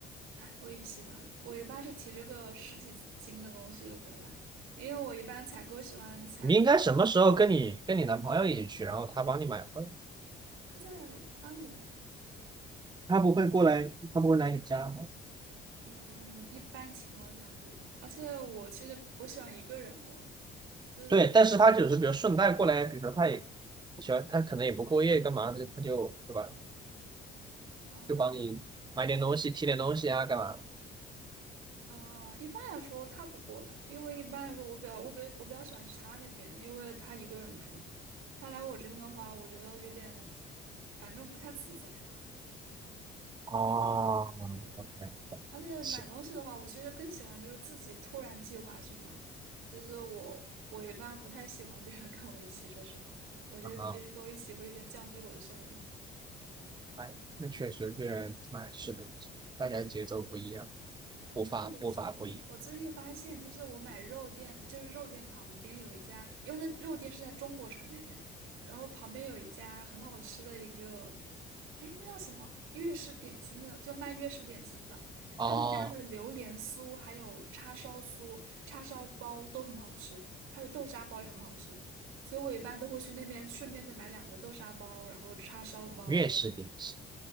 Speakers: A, on the right; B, on the right.
A: 哎，我已经习惯了，我一般是提着个十几斤的东西回来，因为我一般采购喜欢采，
B: 你应该什么时候跟你跟你男朋友一起去，然后他帮你买回来？
A: 他在阿姆哎，
B: 他不会过来，他不会来你家吗？
A: 嗯，一般情况下不吧，而且我其实我喜欢一个人过，就是
B: 对，但是他只是比如顺带过来，比如说他也喜欢，他可能也不过夜干嘛的，他就对吧？
A: 啊
B: 就帮你买点东西、提点东西啊，干嘛？
A: 啊，一般来说他不过来，因为一般来说我比较我比较我比较喜欢去他那边，因为他一个人住，他来我这边的话，我觉得有点，反正不太自在。
B: 哦，OK，
A: 对，而且买东西的话，
B: 行，
A: 我其实更喜欢就是自己突然计划去买，就是我我一般不太喜欢别人跟我一起，说实话，我觉得跟别人跟我一起会有点降低我的效率。
B: 啊，哎，那确实这人哎是的，大家节奏不一样，
A: 对，
B: 步伐步伐不一样。
A: 然后我最近我最近发现，就是我买肉店，就是肉店旁边有一家，因为那肉店是在中国城那边，然后旁边有一家很好吃的一个，哎，那叫什么粤式点心的，就卖粤式点心的，
B: 哦，
A: 他们家的榴莲酥还有叉烧酥、叉烧包都很好吃，还有豆沙包也很好吃，所以我一般都会去那边顺便再买两个豆沙包，然后叉烧包。
B: 粤式点心